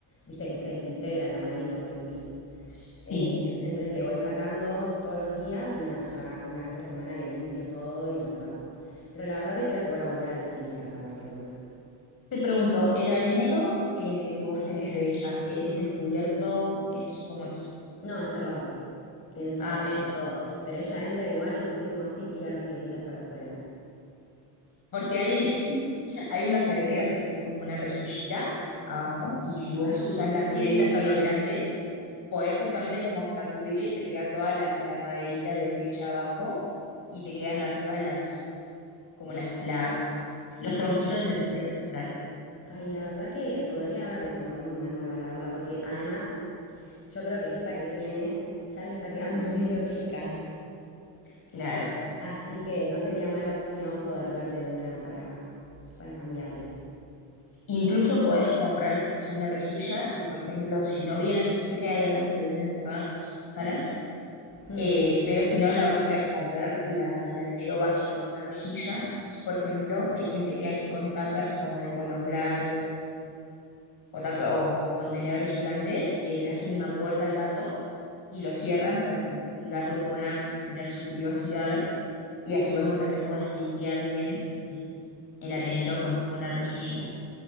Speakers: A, on the left (about 30°); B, on the left (about 50°).
A: viste que se desintegra la maderita con el pis.
B: Sí.
A: Eh, entonces le voy sacando todos los días y nada, ya una vez por semana le limpio todo y lo saco. Pero la verdad que creo que voy a volver a las sílicas a ver qué onda.
B: Te pregunto, ¿el arenero eh, que vos tenés de ella es
A: No,
B: descubierto? ¿Es cómo es?
A: no, es cerrado. Tiene su
B: Ah,
A: puertita,
B: bien.
A: todo. Pero ella entra igual y no sé cómo hace y tira las piedritas para afuera.
B: Porque hay, <laughs> hay unos areneros que tienen como una rejillita abajo y si vos
A: Ay,
B: usas las
A: sí.
B: piedritas aglomerantes, podés justamente como sacudir, te queda toda la, la maderita deshecha abajo y te quedan arriba las, como
A: Lo
B: las,
A: que está
B: las,
A: bien.
B: los tronquitos enteros,
A: Ay, la verdad que podría haber de comprarme una nueva, la verdad, porque además yo creo que esta que tiene ya le está quedando <laughs> medio chica.
B: claro.
A: Así que no sería mala opción poder ver de una para, para cambiarle.
B: Incluso podés comprar esas que son de rejilla y, por ejemplo, si no vienen, sé que hay algunas que vienen cerradas, que son más caras,
A: Mm.
B: eh, pero si no, la otra es comprar la- el arenero básico con la rejilla y, por ejemplo, hay gente que hace con tuppers como de colombrar o, o, tap- o- o contenedores gigantes, eh, le hacen una puerta al gato y lo cierran para que el gato pueda como tener su privacidad y a su vez vos también puedas limpiar bien eh, el arenero con, con la rejillita.